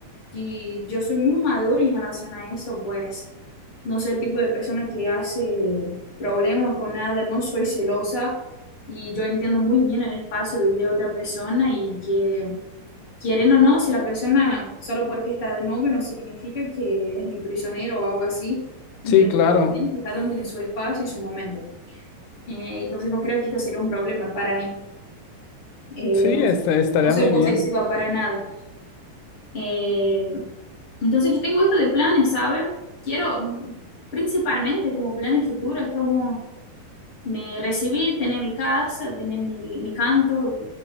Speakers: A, on the left (about 35°); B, on the left (about 85°).
A: que yo soy muy madura en relación a eso, pues no soy el tipo de persona que hace problemas con nada, no soy celosa y yo entiendo muy bien el espacio de otra persona y que quieren o no, si la persona solo porque está de novio no significa que es mi prisionero o algo así, entiendo
B: sí, claro.
A: muy bien que cada uno tiene su espacio y su momento. Eh, entonces no creo que esto sería un problema para mí. Eh,
B: Sí,
A: no,
B: este, estaría
A: no soy
B: muy
A: posesiva
B: bien.
A: para nada. Eh, entonces yo tengo esto de planes, ¿sabe? Quiero principalmente como plan el futuro, es como me recibí, tener mi casa, tener mi, mi canto,